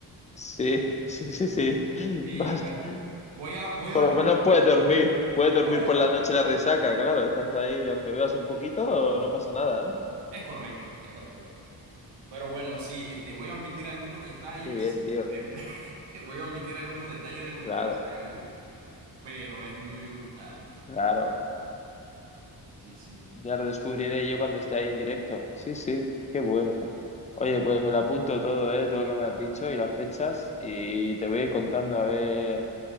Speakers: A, on the left; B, on the right.
A: sí, sí, sí, sí. <laughs>
B: Y
A: Vas
B: bueno,
A: que-
B: voy a, voy a
A: Por
B: omitir,
A: lo menos puedes dormir. Puedes
B: no,
A: dormir por la noche la resaca, claro. Estás ahí, aunque bebas un poquito, no pasa nada, ¿eh?
B: es correcto, es correcto. Pero bueno, sí, este, voy a omitir algunos detalles,
A: Qué bien, tío.
B: <laughs> voy a omitir algunos detalles de lo
A: Claro.
B: que pasa ahí, pero es muy brutal.
A: Claro,
B: Sí, sí.
A: ya lo descubriré
B: Sí.
A: yo cuando esté ahí en directo. Sí, sí, qué bueno. Oye, pues me lo apunto todo, eh, todo lo que me has dicho y las fechas y te voy a ir contando a ver,